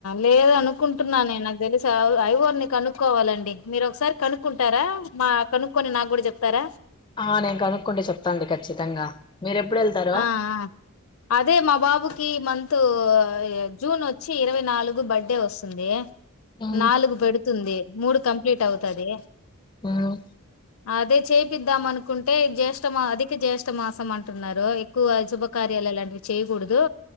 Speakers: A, on the left; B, on the left.
A: లేదనుకుంటున్నానే నాకు తెలుస ఐవోర్ ని కనుక్కోవాలండి మీరొకసారి కనుక్కుంటారా మా కనుక్కోని నాక్కూడా చెప్తారా
B: ఆ నేను కనుక్కుంటే చెప్తాండి ఖచ్చితంగా మీరెప్పుడు వెళ్తారు
A: ఆ ఆ అదే మా బాబుకి మం తూ జూన్ వచ్చి ఇరవై నాలుగు బడ్డే వస్తుంది
B: మ్మ్
A: నాలుగు పెడుతుంది మూడు కంప్లీట్ అవుతాది
B: ఆమ్
A: అదే చేపిద్దాం అనుకుంటే జ్యేష్టమా అధిక జ్యేఠ మాసం అంటున్నారు ఎక్కువ శుభకార్యాల లాంటివి చేయకూడదు